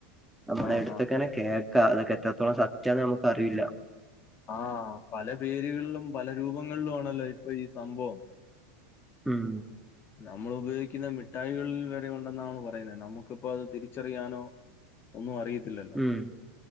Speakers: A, on the left; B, in the centre.
A: ആ
B: നമ്മടെ
A: ആ
B: എട്ത്തെക്കെണെ
A: ആ
B: കേക്കാ അതൊക്കെ എത്രത്തോളം സത്യന്ന് നമുക്ക് അറിയില്ല
A: ആ പല പേരുകൾലും പല രൂപങ്ങൾലും ആണല്ലോ ഇപ്പൊ ഈ സംഭവം
B: ഉം
A: നമ്മള് ഉപയോഗിക്കുന്ന മിഠായികൾല് വരെ ഉണ്ടെന്നാണ് പറയുന്നത് നമുക്ക്പ്പോ അത് തിരിച്ചറിയാനോ. ഒന്നും അറിയത്തില്ലല്ലോ.
B: ഉം